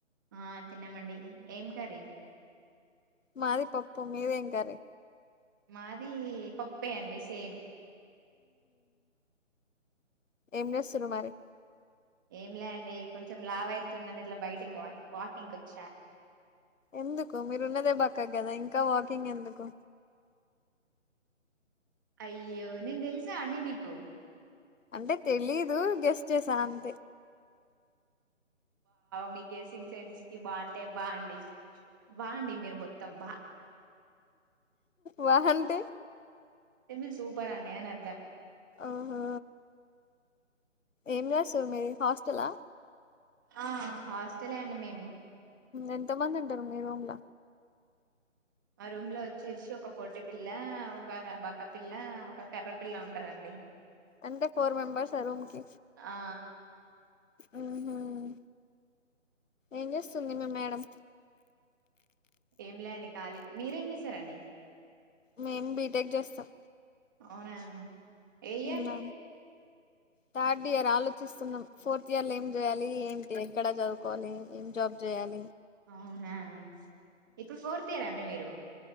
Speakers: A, on the right; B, on the left.
A: ఆ తిన్నామండి ఏం కరీ
B: మాది పప్పు మీద ఏం కర్రీ
A: మాది పప్పే అండి సేమ్
B: ఏం చేస్తారు మరి
A: ఏం లే అండి కొంచెం లావ అయితున్నది ఇట్లా బయటికి వా వాకింగ్ వచ్చా
B: ఎందుకు మీరు ఉన్నదే బక్క గదా ఇంకా వాకింగ్ ఎందుకు
A: అయ్యో నిన్ తెల్సా అండిీ మీకు
B: అంటే తెలీదు గెస్ట్ చేసా అంతే
A: మీ గెస్సింగ్ సెంచికి బాగుంటే బాగుండి బాగుండి మీరు మొత్తం తబ్బా.
B: వాహంటే
A: ఇ మీరు సూపర్ అండి అని అర్ధం
B: ఓహో ఏం రాసు మీది హాస్టలా
A: ఆ హాస్టలే అండి మేము
B: ఎంత మంది ఉంటరు మీ రూమ్ల
A: మా రూమ్ లో వచ్చేసి ఒక పొట్టి పిల్ల ఒక బక్కపిల్ల ఒక కర్రె పిల్ల ఉంటారండి
B: అంటే ఫోర్ మెంబర్స్ అ రూమ్ కి
A: ఆ
B: ఉమ్మ్ ఏం చేస్తుంది మీ మేడం
A: ఏం లే అండి ఖాళీ మీరేం చేస్తారండీ
B: మేము బీటెక్ చేస్తాం
A: అవునా ఏ ఇయర్
B: అవునా థర్డ్ ఇయర్ ఆలోచిస్తున్నాం ఫోర్త్ ఇయర్ ఏం చేయాలి ఏంటి ఎక్కడ చదువుకోవాలి ఏం జాబ్ చేయాలి
A: అవునా ఇప్పుడు ఫోర్త్ ఇయర్ ఆ అండి మీరు